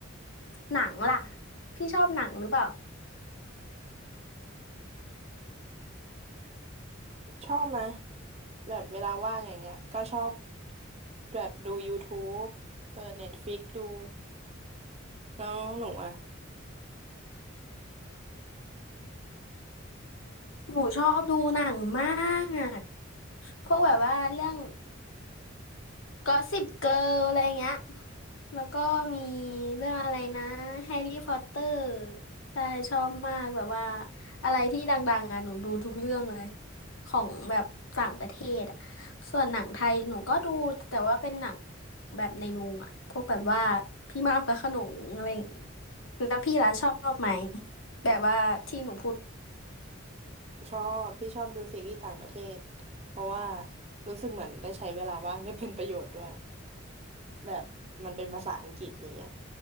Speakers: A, on the left (about 80°); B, on the right (about 30°).
A: หนังล่ะพี่ชอบหนังหรือเปล่า
B: ชอบนะแบบเวลาว่างอย่างเงี้ยก็ชอบแบบดูยูทู u e เปิด Netflix ดูแล้วหนูอ่ะ
A: หนูชอบดูหนังมาก พวกแบบว่าเรื่องกอสซิปเกิร์ลอะไรเงี้ยแล้วก็มีเรื่องอะไรนะแฮร์รี่พอตเตอร์ใช่ชอบมากแบบว่าอะไรที่ดังๆอ่ะหนูดูทุกเรื่องเลยของแบบต่างประเทศอ่ะส่วนหนังไทยหนูก็ดูแต่ว่าเป็นหนังแบบในโรงอ่ะพวกแบบว่าพี่มากพระโขนงอะไรอย่างงี้แล้วพี่ล่ะชอบไหมแบบว่าที่หนูพูด
B: ชอบพี่ชอบดูซีรีส์ต่างประเทศเพราะว่ารู้สึกเหมือนได้ใช้เวลาว่างได้เป็นประโยชน์ด้วยแบบมันเป็นภาษาอังกฤษอย่างเงี้ย